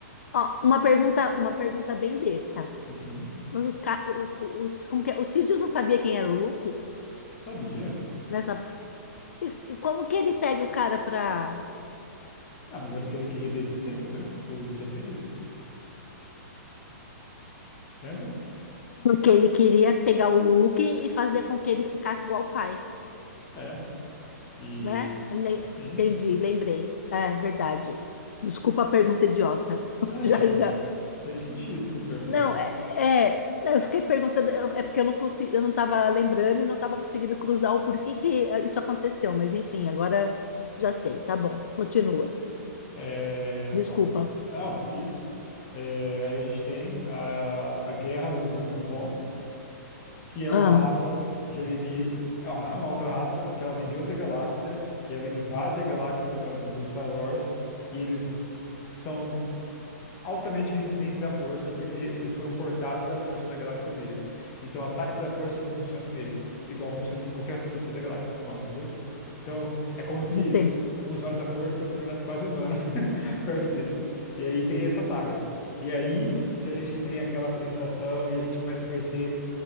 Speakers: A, on the left; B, on the left.
A: ó, uma pergunta, uma pergunta bem besta.
B: e sim,
A: Mas os, ca- o- o- os, como que é? O Sidious não sabia quem era o Luke
B: sabia.
A: nessa, e, e como que ele pega o cara pra,
B: Ah, mas era o que ele queria desde sempre, né? O Luke de aprendiz. Lembra?
A: porque ele queria pegar o Luke e fazer com que ele ficasse igual o pai,
B: É, e
A: né? Le-
B: sim,
A: Entendi, lembrei. É, verdade. Desculpa a pergunta idiota. <laughs>
B: não é
A: Já,
B: idiota.
A: já.
B: Faz sentido você perguntar
A: Não,
B: isso.
A: é, é- não, eu fiquei perguntando, eu- é porque eu não consegui, eu não estava lembrando e não estava conseguindo cruzar o porquê que eh, isso aconteceu, mas enfim, agora já sei, tá bom, continua.
B: É,
A: Desculpa.
B: bom, não, que isso. É, aí a gente tem a, a guerra dos Yuuzhan Vong, que é
A: Ah,
B: uma raça de alieni... é uma, é uma outra raça que ela vem de outra galáxia e ela invade a galáxia do, do Star Wars e eles são altamente resistentes à força, porque eles foram cortados da força na galáxia deles. Então, ataques da força não funcionam neles, igual funciona em qualquer outra pessoa da galáxia normal, entendeu? Então, é como se
A: não tem.
B: um usuário da força se tornasse quase humano <laughs> perto deles. E aí tem essa saga. E aí que a gente tem aquela apresentação e a gente começa a conhecer